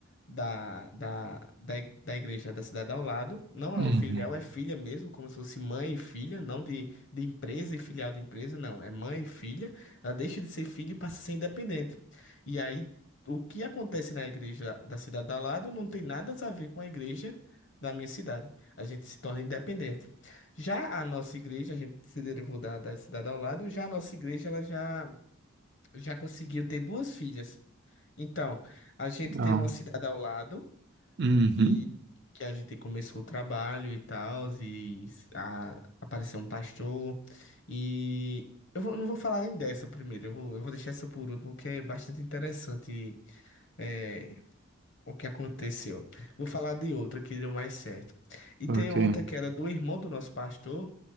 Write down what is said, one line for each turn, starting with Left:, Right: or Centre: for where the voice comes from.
Left: da, da, da, i- da igreja da cidade ao lado, não
Right: Uhum.
Left: é uma filial, é filha mesmo, como se fosse mãe e filha, não de, de empresa e filial de empresa, não, é mãe e filha. Ela deixa de ser filha e passa a ser independente. E aí, o que acontece na igreja da cidade ao lado não tem nada a ver com a igreja da minha cidade. A gente se torna independente. Já a nossa igreja, a gente se derivou da, da cidade ao lado, já a nossa igreja ela já, já conseguiu ter duas filhas. Então, a gente
Right: Legal.
Left: teve uma cidade ao lado
Right: Uhum.
Left: e que a gente começou o trabalho e tal, e a- apareceu um pastor. E eu vou- não vou falar nem dessa primeiro, eu vou, eu vou deixar essa por último, porque é bastante interessante é, o que aconteceu. Vou falar de outra que deu mais certo. E
Right: Ok.
Left: tem outra que era do irmão do nosso pastor